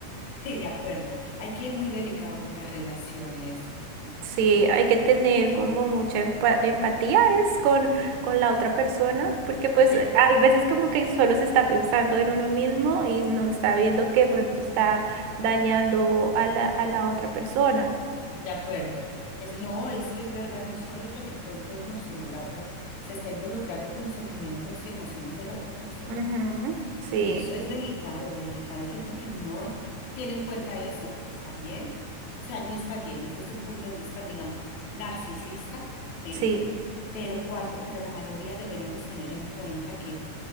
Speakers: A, on the left; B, on the right.
A: Sí, de acuerdo. Hay que ir muy delicado con las relaciones.
B: Sí, hay que tener como mucha empa- empatía es con, con la otra persona, porque pues
A: Sí.
B: eh, hay veces como que solo se está pensando en uno mismo y no está viendo que pronto está dañando a la, a la otra persona.
A: De acuerdo. Es, no, es que es verdad, no solo es lo que cuente uno, sino la otra se está involucrando con los sentimientos y emociones de la otra persona.
B: Ujú, Sí,
A: Y eso es delicado, delicado. Hay gente que no tiene en cuenta eso, está bien. O sea, no está bien, es desde un punto de vista, digamos, narcisista, ¿sí?
B: sí.
A: Pero cuando, pero la mayoría deberíamos tener en cuenta que